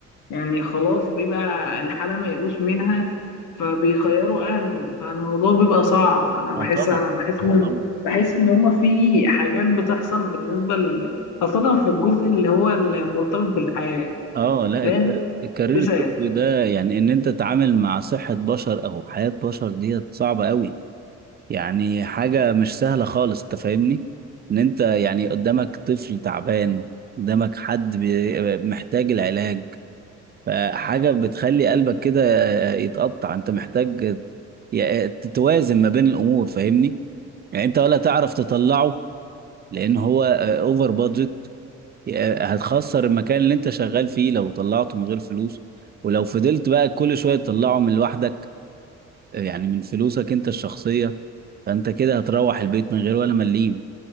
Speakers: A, on the left; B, on the right.
A: يعني خلاص بيبقى الحاله ميؤوس منها فبيخيروا اهله فالموضوع بيبقى صعب انا بحس
B: اه طبعا
A: انا بحس ان
B: طبعا
A: بحس ان هما في حاجات بتحصل بالنسبه لل... خاصه في الجزء اللي هو المرتبط بالحياه
B: اه لا
A: لان
B: الكار- الكارير
A: لسه
B: الطبي ده يعني ان انت تتعامل مع صحة بشر او حياة بشر ديت صعبة قوي يعني حاجة مش سهلة خالص انت فاهمني ان انت يعني قدامك طفل تعبان قدامك حد بي- محتاج العلاج فحاجة بتخلي قلبك كده يتقطع انت محتاج يا- تتوازن ما بين الامور فاهمني يعني انت ولا تعرف تطلعه لان هو اوفر بادجت يا- هتخسر المكان اللي انت شغال فيه لو طلعته من غير فلوس ولو فضلت بقى كل شوية تطلعه من لوحدك آه، يعني من فلوسك انت الشخصية فانت كده هتروح البيت من غير ولا مليم